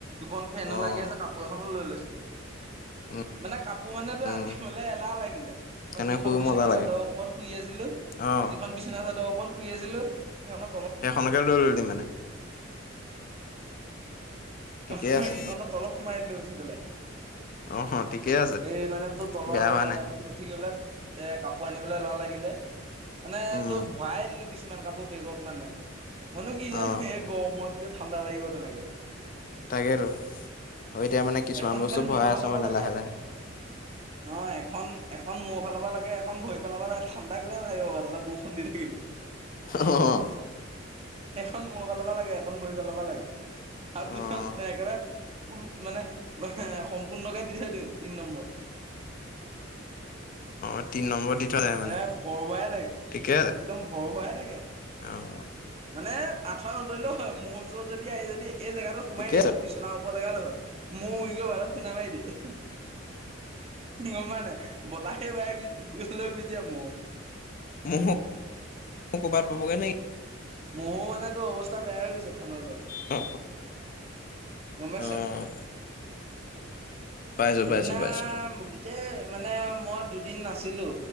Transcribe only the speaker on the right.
দুখন ফেনো
লাগি আছে যে কাপোৰ এখনো লৈ লৈছোঁ।
মানে কাপোৰ মানে তোৰ
আনিবলৈ এলাহ লাগিলে।
মই যিখন
বিছনা
চাদৰ ওপৰত শুই আছিলোঁ,
যিখন বিছনা চাদৰ ওপৰত শুই আছিলোঁ। সেইখনতে
অ', সেইখনৰ
তলত সোমাই দিলো উঠি পেলাই।
এই মানে তোৰ তলৰ
এ
উঠি গ'লে। এ কাপোৰ আনিবলে এলাহ লাগিলে। মানে
তোৰ ভৰাই দিলো কিছুমান কাপোৰ বেগত মানে। মইনো কি জানো
এই গৰমত যে ঠাণ্ডা লাগিব তেনেকে।
এখন
ফেন
মূৰৰ
ফালৰ
পৰা লাগে
অ', এখন এখন মূৰ ফালৰ পৰা লাগে এখন ভৰি ফালৰ পৰা লাগে, ঠাণ্ডা কেলে নালাগিব বাৰু তাতে বৰষুণ দি থাকিলে।
এখন মুৰৰ ফালৰ লাগে এখন ভৰি ফালৰ পৰা লাগে, আৰু
দুইখন একেবাৰে ফুল মানে সম্পূৰ্ণকে দি থৈ দিওঁ তিন নম্বৰত।
এ ভৰ ভৰাই থাকে
একদম ভৰ ভয়াই থাকে।
মানে আঠুৱা নতৰিলেও হয়, ম'হ-চ'হ যদি আহি যদি এই জেগাটো সোমাই
দিয়ে
মোৰ বি চনা ওপৰৰ জেগা ডোখৰত, ম'হ উৰি গৈ খুন্দা মাৰি দিয়ে। গ'ম পাৱ নে নাই, বতাহে উৰাই লৈ গুচি যায় ম'হ।
ম'হৰ মানে তোৰ অৱস্থা বেয়া হৈ গৈছে <unintelligible>
গম পাইছ
সিদিনা
গোটেই মানে মই দুদিন নাছিলো,